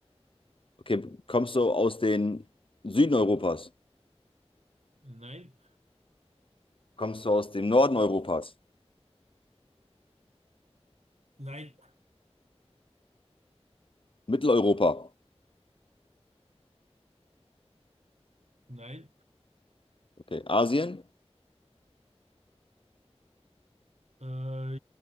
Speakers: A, on the left; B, on the right.
A: Okay. Kommst du aus den Süden Europas?
B: nein,
A: Kommst du aus dem Norden Europas?
B: nein,
A: Mitteleuropa?
B: nein.
A: Okay. Asien?
B: Äh,